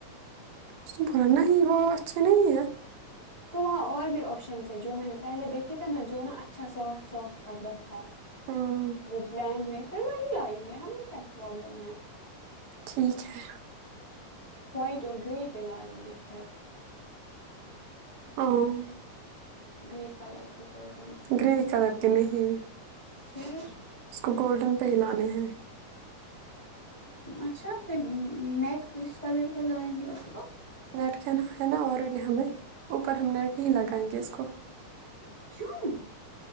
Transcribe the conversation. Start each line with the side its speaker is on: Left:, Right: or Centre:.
Right: <unintelligible> پور نہیں وہ اچھے نہیں ہے
Left: تو وہاں اور بھی آپشنس ہے جو میں نے پہلے دیکھے تھے نا جو نا اچھا سافٹ سافٹ کپڑا تھا
Right: ہوں
Left: وہ پلان میں پھر وہی آئیں گے ہمیں کیا پرابلم ہے
Right: ٹھیک ہے
Left: وائٹ اور گرے پہ لائیں گے پھر
Right: ہاں
Left: گرے کلر کی کٹ
Right: گرے کلر کے نہیں
Left: پھر
Right: اس کو گولڈن پہ ہلانے ہیں
Left: اچھا پھر نیٹ کس کلر کا لائیں گے اس کو
Right: نیٹ کہ نہ ہے نا آلریڈی ہمیں اوپر ہم نیٹ نہیں لگائیں گے اس کو
Left: کیوں